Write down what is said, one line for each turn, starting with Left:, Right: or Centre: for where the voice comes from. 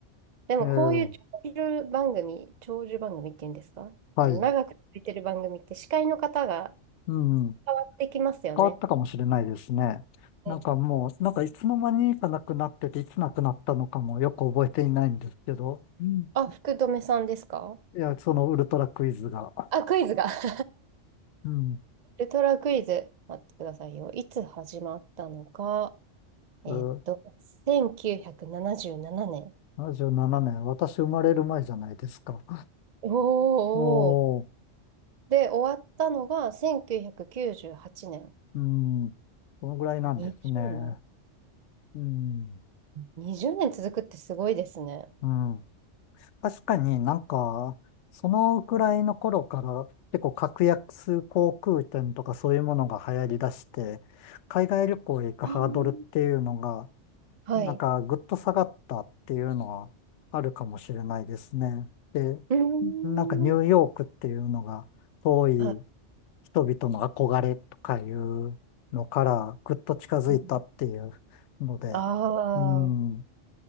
Right: でもこういう長寿番組、
Left: ええ。
Right: 長寿番組っていうんですかあの、
Left: はい。
Right: 長く続いてる番組って司会の方が
Left: うん。
Right: 変わってきますよね。
Left: 変わったかもしれないですね。なんかもう、
Right: え
Left: なんかいつの間にかなくなってて、いつなくなったのかもよく覚えていないんですけど、うん。
Right: あ、福留さんですか
Left: いや、そのウルトラクイズが。
Right: あ、クイズが。<laughs>
Left: うん。
Right: ウルトラクイズ、待ってくださいよ。いつ始まったのか。えーっと、
Left: うん
Right: 1977年。
Left: 77年、私生まれる前じゃないですか。
Right: おお
Left: おー、
Right: ーで、終わったのが1998年。
Left: うん。このぐらいなんですね。
Right: 20年
Left: うん。
Right: ?20 年続くってすごいですね。
Left: うん。確かになんか、そのくらいの頃から結構格安航空券とかそういうものが流行り出して、海外旅行へ行くハードルっていうのが、
Right: ああー、はい。
Left: なんかぐっと下がったっていうのはあるかもしれないですね。で、
Right: うー
Left: なんかニューヨークっていうのが遠い
Right: ん。あ、
Left: 人々の憧れとかいうのからぐっと近づいたっていうので、
Right: うああ
Left: うん、